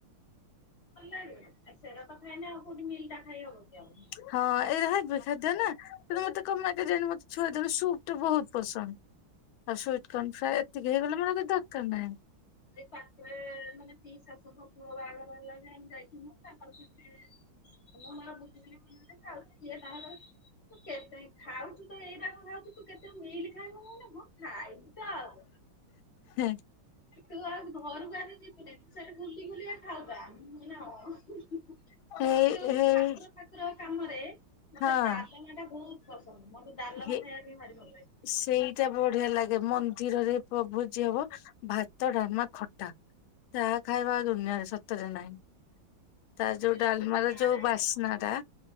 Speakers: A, on the left; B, on the left.
A: ଭଲ ଲାଗେ ଆ ସେର ତ ଖାଇନ୍ ହବ କେଉଠି ମିଲ୍ ଟା ଖାଇ ହବ କି ଆଉ?
B: ହଁ ଏଇଟା ହେଇ ବେ ଖାଦ୍ୟ ନା, ତୁ ମତେ କମେଇ ଦେନି ମତେ ଛୁଆ ଦେନୁ ସୁପ୍ ଟା ତ ବହୁତୂ ପସନ୍ଦ, ଆଉ ସୁଇଟ୍ କୋନ୍ ଫ୍ରା ଏତିକି ହେଇଗଲା ମତେ ଆଉକିଛି ଦରକାର ନାହିଁ,
A: <unintelligible> ସେ ମାନେ ଫିଶ୍ <unintelligible> ପୁଅ ବାହାଘର ହେଲାଣି ଆମେ ଯାଇଥିଲୁ ତାପ, ହ ଆମର ବୁଦ୍ଧି ଜ୍ରୀ ମାନଉଥଏ ତାର, ତୁ କେତେ ଖାଉଛୁ ତ ଏଇଟା କ ଖାଉଛୁ ତୁ କେତେ ମିିଲି ଖାଇବୁ ନା କଁ, ଖାଇବି ତ ଆଉ
B: ହେଁ
A: ତୁ ଆଉ ଘରକୁ ଆସି ଯିବ୍ ସେ-ସେ ବୁଲି ବୁଲିକା ଖାଉଥା ମୁ ହେଇ ନା ହଁ ଏ
B: ହେଇ
A: ଯୋଉ
B: ହେଇ
A: ଠାକୁର, ଠାକୁର କାମରେ ମତେ
B: ହଁ
A: ଡାଲମିଆ ଟା ବହୁତ୍ ପସନ୍ଦ ମୋତେ ଡାଲମା
B: ହେ
A: ଖାଇବା ପାଇଁ ଭାରି ଭଲ ଲାଗେ,
B: ସେଇଟା ବଢ଼ିଆ ଲାଗେ ମନ୍ଦିରରେ ପ ଭୋଜି ହବ, ଭାତ ଡାମା ଖଟା ତା ଖାଇବା ଆଉ ଦୁନିଆରେ ସତରେ ନାହିଁ, ତା ଯୋଉ ଡାଲମାର
A: ଆମ ଗାଁରେ
B: ଯୋଉ ବାସ୍ନା ଟା